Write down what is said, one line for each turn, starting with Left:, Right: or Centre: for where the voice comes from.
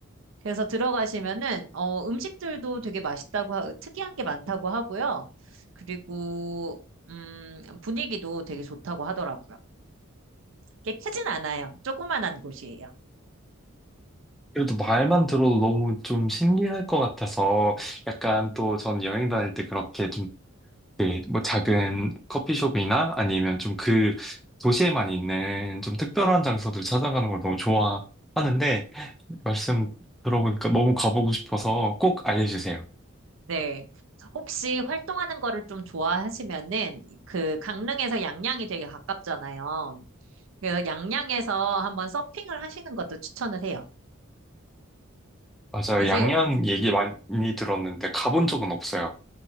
Right: 그래서 들어가시면은 어 음식들도 되게 맛있다고 하- 특이한 게 많다고 하고요. 그리고 음 분위기도 되게 좋다고 하더라고요. 꽤 크진 않아요. 조그만한 곳이에요.
Centre: 그래도 말만 들어도 너무 좀 신기할 것 같아서 약간 또 전 여행 다닐 때 그렇게 좀 그, 뭐 작은 커피숍이나 아니면 좀 그 도시에만 있는 좀 특별한 장소들 찾아가는 걸 너무 좋아하는데 말씀 들어보니까 너무 가보고 싶어서 꼭 알려주세요.
Right: 네. 혹시 활동하는 거를 좀 좋아하시면은 그 강릉에서 양양이 되게 가깝잖아요. 그래서 양양에서 한번 서핑을 하시는 것도 추천을 해요.
Centre: 맞아요.
Right: 요새
Centre: 양양 얘기 많이 들었는데 가본 적은 없어요.